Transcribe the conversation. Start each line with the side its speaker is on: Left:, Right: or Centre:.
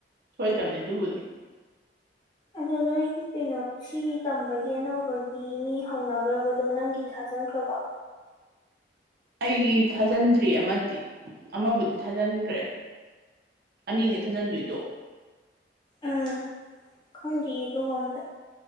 Right: ꯁꯣꯢꯗ꯭ꯔꯕꯅꯦ ꯑꯗꯨꯕꯨꯗꯤ
Left: ꯑꯗꯣ ꯅꯣꯢꯒꯤ ꯀꯩꯅꯣ ꯁꯤꯒꯤ ꯇꯝꯕꯒꯤ ꯑꯅꯧꯕꯒꯤ ꯃꯤ ꯍꯧꯅꯒ꯭ꯔꯕꯗꯣ ꯅꯪꯒꯤ ꯊꯥꯖꯤꯟꯈ꯭ꯔꯕꯣ
Right: ꯑꯩ ꯊꯥꯖꯤꯟꯗ꯭ꯔꯤ ꯑꯃꯗꯤ ꯑꯃꯕꯨꯗꯤ ꯊꯥꯖꯟꯈ꯭ꯔꯦ ꯑꯅꯤꯅꯦ ꯊꯥꯖꯟꯗꯣꯢꯗꯣ
Left: ꯎꯝ ꯈꯪꯗꯤꯌꯦ ꯑꯗꯨꯒ ꯑꯃꯇ